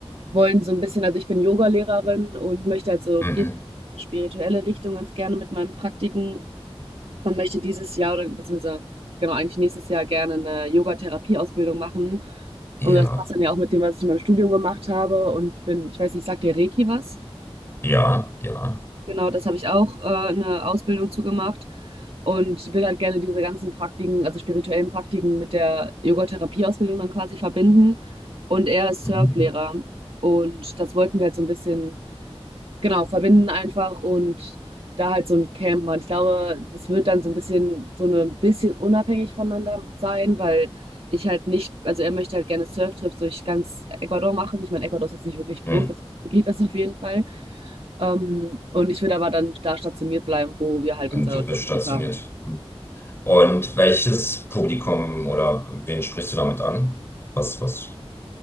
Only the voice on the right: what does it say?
wollen so ein bisschen, also ich bin Yoga-Lehrerin und möchte halt so
spirituelle Richtung ganz gerne mit meinen Praktiken und möchte dieses Jahr oder beziehungsweise genau eigentlich nächstes Jahr gerne eine Yoga-Therapie-Ausbildung machen.
Und das passt dann ja auch mit dem, was ich in meinem Studium gemacht habe. Und ich bin, ich weiß nicht, sagt dir Reiki was?
Genau, das habe ich auch äh, eine Ausbildung zu gemacht und will halt gerne diese ganzen Praktiken, also spirituellen Praktiken mit der Yoga-Therapie-Ausbildung dann quasi verbinden. Und er ist
Surflehrer. Und das wollten wir halt so ein bisschen Genau, verbinden einfach und da halt so ein Camp machen. Ich glaube, das wird dann so ein bisschen so eine bisschen unabhängig voneinander sein, weil ich halt nicht also, er möchte halt gerne Surftrips durch ganz Ecuador machen. Ich meine, Ecuador ist jetzt nicht wirklich groß,
deswegen <laughs> geht das auf jeden Fall. Ähm, und ich würde aber dann da stationiert bleiben, wo wir halt
unser
Grundstück
haben.